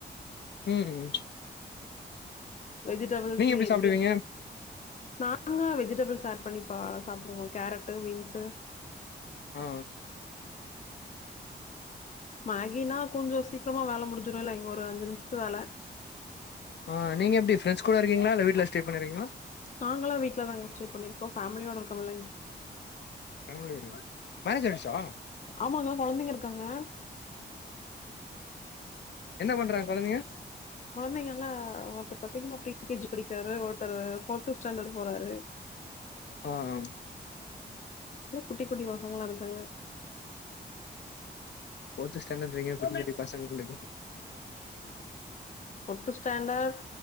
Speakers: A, on the left; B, on the left.
A: ம் ம்
B: வெஜிடபிள்ஸ்
A: நீங்க எப்டி
B: எக்
A: சாப்டுவீங்க
B: நாங்க வெஜிடபிள்ஸ் ஆட் பண்ணி பா சாப்புடுவோ கேரட்டு பீன்ஸ்ஸு
A: ஆ
B: மேகினா கொஞ்சோ சீக்கிரமா வேல முடிஞ்சிருல்ல இங்க ஒரு அஞ்சு நிமிஷத்துக்கு வேல
A: ஆ நீங்க எப்டி ஃப்ரெண்ட்ஸ் கூட இருக்கீங்களா இல்ல வீட்ல ஸ்டே பண்ணிருக்கீங்களா
B: நாங்கல்லா வீட்ல தாங்க ஸ்டே பண்ணி இருக்கோ ஃபேமிலியோட இருக்கோம் இல்லைங்
A: ஃபேமிலியோடயா மேரேஜ் ஆயிடுச்சா
B: ஆமாங்க கொழந்தைங்க இருக்காங்க
A: என்ன பண்றாங்க கொழந்தைங்க
B: கொழந்தைங்கல்லா ஒருத்தர் பாத்தீங்கன்னா ஃபிரீ கேஜி படிக்குராரு ஒருத்தரு ஃபோர்த் ஸ்டாண்டர்ட் போறாரு
A: ஆ ஆ ம்
B: இப்ப குட்டி குட்டி பசங்களா இருக்காங்க
A: ஃபோர்த் ஸ்டாண்டட்றிங்க குட்டி குட்டி பசங்கன்றிங்க
B: ஃபோர்த்து ஸ்டாண்டர்ட்